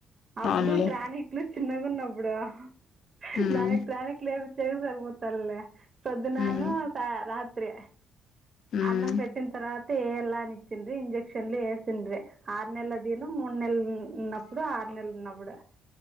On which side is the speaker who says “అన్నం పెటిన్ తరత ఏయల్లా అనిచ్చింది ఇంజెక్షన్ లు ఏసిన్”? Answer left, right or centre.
Right